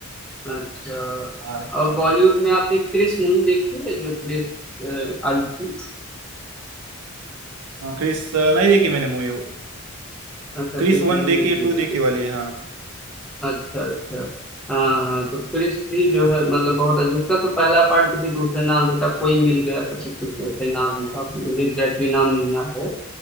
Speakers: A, in the centre; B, on the right (about 75°).
A: अच्छा
B: अरे
A: और
B: चलो।
A: बॉलीवुड में आपने क्रिस मूवी देखी है जो क्रिस अ, आई थी
B: हाँ क्रिस अ, नहीं देखी मैंने मूवी वो
A: अच्छा
B: क्रिस
A: क्रिस
B: वन
A: नहीं
B: देखी
A: देखी
B: टू
A: तो
B: देखी वाली हाँ
A: अच्छा अच्छा हाँ हाँ तो क्रिस्टी जो है मतलब बहुत अच्छा उसका तो पहला पार्ट किसी दूसरे नाम से था कोई मिल गया कभी कुछ ऐसे नाम था मुझे एग्जैक्टली नाम नहीं याद है